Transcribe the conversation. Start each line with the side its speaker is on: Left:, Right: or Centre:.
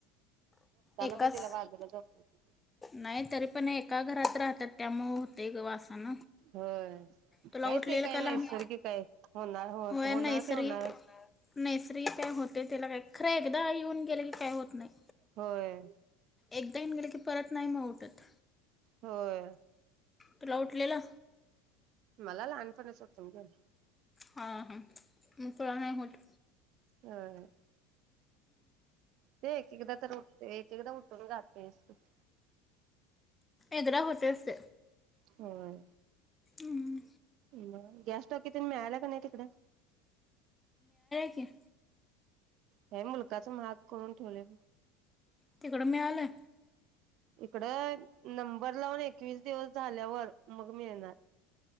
Left: एकाच
Right: बी तिला बाजूला झोपवलं
Left: नाही तरी पण एका घरात राहतात त्यामुळे होते ग वासान.
Right: होय
Left: तुला
Right: काय
Left: उठलेल
Right: ते काय
Left: का
Right: नैसर्गिक
Left: लहान
Right: आहे होणार
Left: होय
Right: होणार
Left: <unintelligible> नैसर्गिक
Right: ते होणारच
Left: नैसर्गिक होते त्याला काय. खरे एकदा येऊन गेले की काही होत नाही.
Right: होय
Left: एकदा येऊन गेले की परत नाही म उठत.
Right: होय.
Left: तुला उठलेला?
Right: मला लहानपणीच उठुन गेल.
Left: हा ह म तुला नाही होत?
Right: या य ते एक-एकदा तर उठते एक-एकदा उठून जातयच ते.
Left: एकदा होतयच ते.
Right: होय.
Left: हम्म.
Right: मग गॅस टाकी तेनं मिळाल्या काय नाही तिकडं?
Left: के
Right: हे मुलकाच महाग करून ठेवले.
Left: तिकडं मिळालं?
Right: इकड नंबर लावून एकवीस दिवस झाल्यावर मग मिळणार.